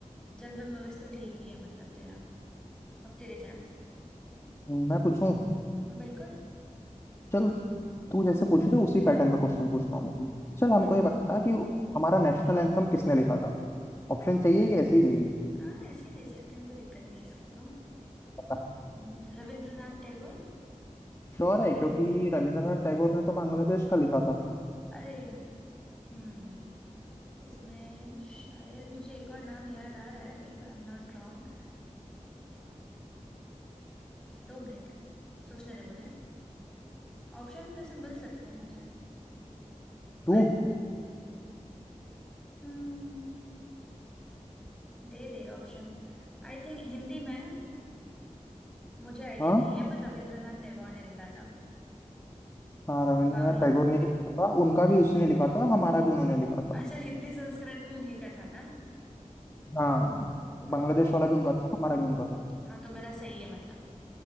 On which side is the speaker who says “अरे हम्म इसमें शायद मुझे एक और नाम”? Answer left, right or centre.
Centre